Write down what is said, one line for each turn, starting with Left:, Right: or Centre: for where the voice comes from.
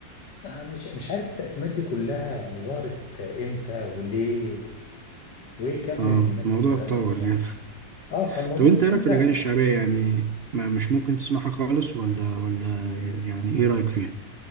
Left: آه، مش مش عارف التقسيمات دي كلها يعني ظهرت امتى وليه وايه كم
Right: اه
Left: الناس
Right: الموضوع
Left: اللي بتغني
Right: اتطور
Left: دي يعني.
Right: يعني <laughs>
Left: اه فالموضوع
Right: طب انت
Left: بس
Right: ايه رايك
Left: انت
Right: في الاغاني الشعبية يعني ما مش ممكن تسمعها خالص ولا ولا يعني ايه رايك فيها؟